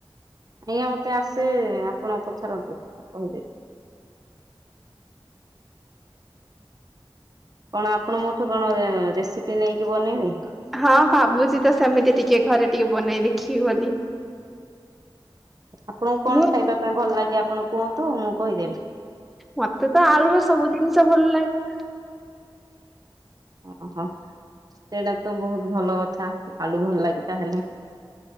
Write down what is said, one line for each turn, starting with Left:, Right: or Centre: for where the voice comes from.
Right: <inaudible> ମତେ ଆସେ ଆପଣ ପଚାରନ୍ତୁ କହିଦେବି। କଣ ଆପଣ ମୋଠୁ କଣ ରେସିପି ନେଇକି ବନେଇବେ?
Centre: ହଁ ଭାବୁଛି ତ ସେମିତି ଟିକେ ଘରେ ଟିକେ ବନେଇ ଦେଖିବି ବୋଲି।
Right: ଆପଣଙ୍କୁ କଣ
Centre: ମୁଁ
Right: ଖାଇବା ପାଇଁ ଭଲ ଲାଗେ ଆପଣ କୁହନ୍ତୁ? ମୁଁ କହିଦେବି।
Centre: ମତେ ତ ଆଳୁର ସବୁ ଜିନିଷ ଭଲ ଲାଗେ।
Right: ଓହୋ। ସେଇଟା ତ ବହୁତ ଭଲ କଥା। ଆଳୁ ଭଲ ଲାଗି ତାହେଲେ।